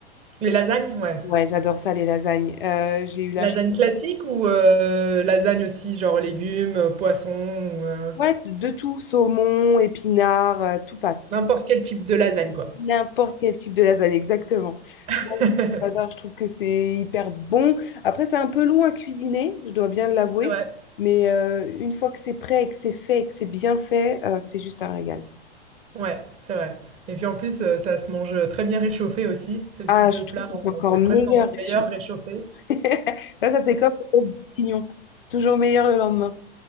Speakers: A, on the right (about 20°); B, on the left (about 60°).
A: Les lasagnes? Ouais.
B: Ouais, j'adore ça, les lasagnes. Euh, j'ai eu la
A: Lasagne
B: chance.
A: classique ou euh, lasagne aussi genre légumes, poissons ou euh,
B: Ouais, de tout, saumon, épinards, euh, tout passe.
A: n'importe quel type de lasagne quoi.
B: N'importe quel type de lasagne, exactement.
A: <laughs>
B: Moi, J'adore, je trouve que c'est hyper bon. Après, c'est un peu long à cuisiner, je dois bien l'avouer,
A: C'est vrai.
B: mais euh, une fois que c'est prêt et que c'est fait et que c'est bien fait, euh, c'est juste un régal.
A: Ouais, c'est vrai. Et puis en plus, heu, ça se mange, euh, très bien réchauffé aussi. C'est le
B: Ah,
A: type de
B: je trouve
A: plat,
B: que
A: heu,
B: c'est encore
A: c'est
B: meilleur,
A: presque encore
B: Richard.
A: meilleur réchauffé.
B: <laughs> Là, ça, c'est comme au bourguignon. C'est toujours meilleur le lendemain.